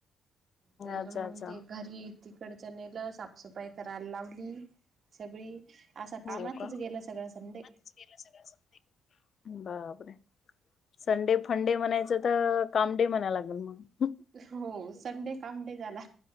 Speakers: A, on the right; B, on the left.
A: तर
B: अच्छा
A: मग
B: अच्छा
A: ते घरी तिकडच्या नेलं. साफसफाई करायला लावली. सगळी. असा कामातच
B: हो का
A: गेला, सगळा संडे.
B: <unintelligible> बापरे! संडे फंडे म्हणायचं, तर काम डे म्हणायला लागेल मग.
A: हो, संडे काम डे झाला.